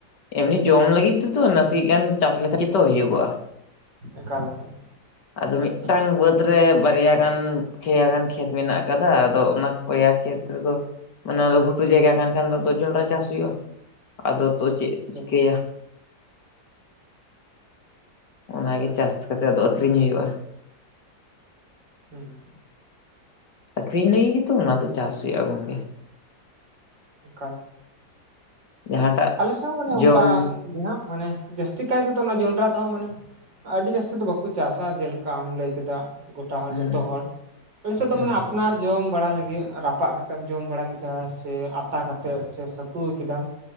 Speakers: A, on the left; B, on the right.
A: ᱮᱢᱱᱤ ᱡᱚᱢ ᱞᱟᱹᱜᱤᱫ ᱛᱮ ᱫᱚ ᱱᱟᱥᱮ ᱜᱟᱱ ᱪᱟᱥ ᱞᱮᱠᱷᱟᱡ ᱜᱮ ᱛᱚ ᱦᱩᱭᱩᱜᱚᱜᱼᱟ᱾
B: ᱮᱠᱟᱞ ᱮᱠᱟᱞ
A: ᱟᱫᱚ ᱢᱤᱫᱴᱟᱝ
B: ᱦᱩᱸ ᱦᱩᱸ
A: ᱵᱟᱹᱫᱽ ᱨᱮ ᱵᱟᱨᱭᱟ ᱜᱟᱱ ᱯᱮᱭᱟ ᱜᱟᱱ ᱠᱷᱮᱛ ᱢᱮᱱᱟᱜ ᱟᱠᱟᱫᱟ ᱟᱫᱚ ᱚᱱᱟ ᱯᱚᱭᱟ ᱠᱷᱮᱛ ᱨᱮᱫᱚ ᱚᱱᱟ ᱫᱚ ᱜᱷᱩᱴᱩ ᱡᱟᱭᱜᱟ ᱠᱟᱱ ᱠᱷᱟᱱ ᱫᱚ ᱟᱫᱚ ᱡᱚᱱᱰᱨᱟ ᱪᱟᱥ ᱦᱩᱭᱩᱜᱼᱟ᱾ ᱟᱫᱚ ᱛᱚ ᱪᱮᱫ
B: ᱟᱪᱪᱷᱟ
A: ᱪᱤᱠᱟᱹᱭᱟ᱾ ᱚᱱᱟ
B: ᱟᱪᱪᱷᱟ
A: ᱜᱮ
B: ᱟᱪᱪᱷᱟ
A: ᱪᱟᱥ ᱠᱟᱛᱮ ᱟᱫᱚ ᱟᱹᱠᱷᱨᱤᱧ ᱦᱩᱭᱩᱜᱼᱟ᱾
B: ᱦᱮᱸ
A: ᱟᱹᱠᱷᱨᱤᱧ ᱞᱟᱹᱜᱤᱫ ᱜᱮ ᱛᱚ ᱚᱱᱟ ᱫᱚ ᱪᱟᱥ ᱦᱩᱭᱩᱜᱼᱟ ᱜᱚᱝᱠᱮ᱾
B: ᱮᱠᱟᱞ᱾
A: ᱡᱟᱦᱟᱸᱴᱟᱜ
B: ᱟᱞᱮ ᱥᱮᱫ ᱦᱚᱸ ᱚᱱᱮ ᱚᱱᱠᱟ
A: ᱡᱚᱢ
B: ᱜᱮ ᱦᱟᱸᱜ ᱢᱟᱱᱮ ᱡᱟᱹᱥ ᱛᱤ ᱠᱟᱭ ᱛᱮ ᱫᱚ ᱚᱱᱟ ᱡᱚᱱᱰᱨᱟ ᱫᱚ ᱦᱟᱸᱜ ᱢᱟᱱᱮ ᱟᱹᱰᱤ ᱡᱟᱹᱥᱛᱤ ᱫᱚ ᱵᱟᱠᱚ ᱪᱟᱥᱟ, ᱡᱮᱞᱮᱠᱟ ᱟᱢ ᱞᱟᱹᱭ ᱠᱮᱫᱟ ᱜᱚᱴ ᱴᱟ ᱦᱚᱲ
A: ᱦᱩᱸ
B: ᱡᱷᱚᱛᱚ ᱦᱚᱲ, ᱟᱞᱮᱥᱮᱫ ᱫᱚ
A: ᱦᱩᱸ
B: ᱢᱟᱱᱮ
A: ᱦᱩᱸ
B: ᱟᱯᱱᱟᱨ ᱡᱚᱢ ᱵᱟᱲᱟ ᱞᱟᱹᱜᱤᱫ ᱨᱟᱯᱟᱜ ᱠᱟᱛᱮᱢ ᱡᱚᱢ ᱵᱟᱲᱟ ᱠᱮᱫᱟ᱾ ᱥᱮ ᱟᱛᱟ
A: ᱦᱩᱸ
B: ᱠᱟᱛᱮᱫ ᱥᱮ ᱥᱟᱹᱛᱩ ᱠᱮᱫᱟᱢ᱾